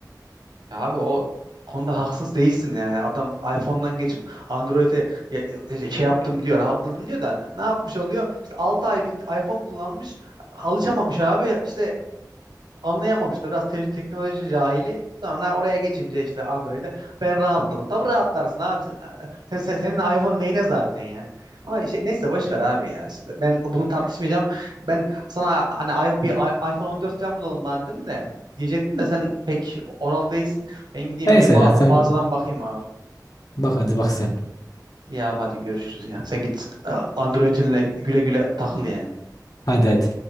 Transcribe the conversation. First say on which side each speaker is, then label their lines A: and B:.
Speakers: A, on the right; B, on the left.
A: Ya abi o konuda haksız değilsin yani. Adam iPhone'dan geçip Android'e ya- e, şey yaptım diyor, rahatladım diyor da ne yapmış oluyor? İşte 6 ay bir iPhone kullanmış, alışamamış abi. İşte anlayamamıştı. Biraz te- teknoloji cahili. Sonra oraya geçince işte Android'e ben rahatladım. Tabii rahatlarsın abi. Sen, sen- sen- senin iPhone neyine zaten ya? Ama şey, neyse boş ver abi ya. Şimdi ben bunu tartışmayacağım. Ben sana hani i- bir i- iPhone 14 falan bulalım bana dedim de diyecektim de sen pek oral değilsin. Ben gideyim
B: Neyse
A: bir ma-
B: ya sen
A: mağazadan bakayım abi.
B: Bak hadi bak sen.
A: Ya hadi görüşürüz ya. Sen git e, Android'inle güle güle takıl yani.
B: Hadi hadi.